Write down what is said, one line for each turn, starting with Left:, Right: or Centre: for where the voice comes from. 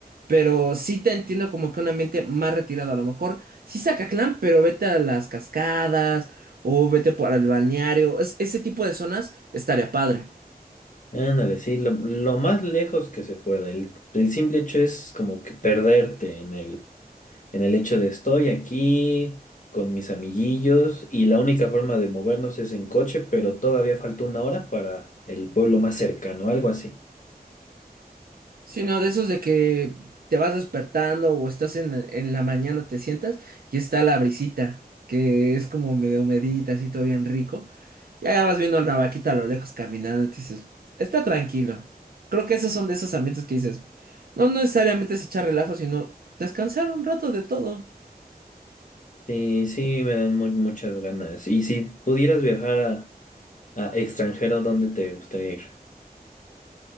Right: Pero sí te entiendo como que un ambiente más retirado. A lo mejor sí saca clan, pero vete a las cascadas o vete por el balneario. Es- ese tipo de zonas estaría padre.
Left: Ándale, sí, lo, lo más lejos que se pueda. El, el simple hecho es como que perderte en el, en el hecho de estoy aquí con mis amiguillos y la única forma de movernos es en coche, pero todavía falta una hora para el pueblo más cercano, algo así.
Right: Sino de esos de que te vas despertando o estás en, en la mañana, te sientas y está la brisita, que es como medio medita, así todo bien rico. Ya vas viendo la vaquita a lo lejos caminando y te dices, está tranquilo. Creo que esos son de esos ambientes que dices, no necesariamente es echar relajo, sino descansar un rato de todo.
Left: Sí, sí, me dan mu- muchas ganas. Y si pudieras viajar a, a extranjero, ¿dónde te gustaría ir?